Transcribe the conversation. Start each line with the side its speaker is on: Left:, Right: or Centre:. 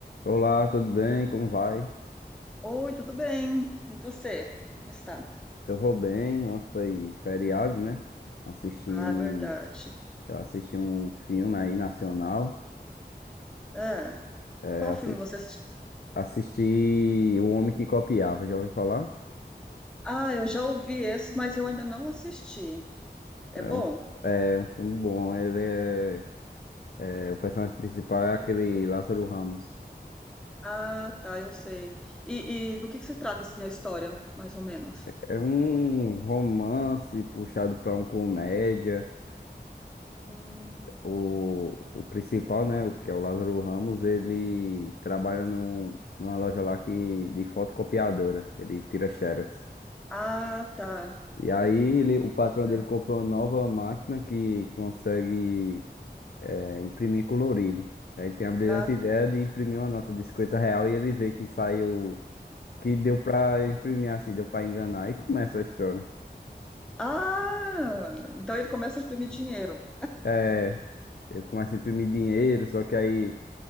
Left: Olá, tudo bem? Como vai?
Centre: Oi, tudo bem? E você? Como está?
Left: Eu vou bem. Ontem foi feriado, né? Assisti
Centre: Ah,
Left: um,
Centre: verdade.
Left: eu assisti um filme aí nacional.
Centre: Ah,
Left: É,
Centre: qual
Left: assi-
Centre: filme você assistiu?
Left: assisti O Homem que Copiava, já ouviu falar?
Centre: Ah, eu já ouvi esse, mas eu ainda não assisti. É
Left: É
Centre: bom?
Left: um, é um filme bom. Ele é, é- o personagem principal é aquele Lázaro Ramos.
Centre: Ah, tá, eu sei. E, e do que que se trata, assim, a história, mais ou menos?
Left: É um romance puxado pra um comédia.
Centre: Hum.
Left: O, o principal, né, que é o Lázaro Ramos, ele trabalha num, numa loja lá que, de fotocopiadora, ele tira Xerox.
Centre: Ah, tá.
Left: E aí ele, o patrão
Centre: É.
Left: dele comprou uma nova máquina que consegue eh, imprimir colorido. Aí ele tem a brilhante
Centre: Ah, tá.
Left: ideia de imprimir uma nota de 50 real e ele vê que saiu, que deu pra imprimir assim, deu pra enganar e começa a história.
Centre: Ah, então ele começa a imprimir dinheiro.
Left: É, ele começa a imprimir dinheiro, só que aí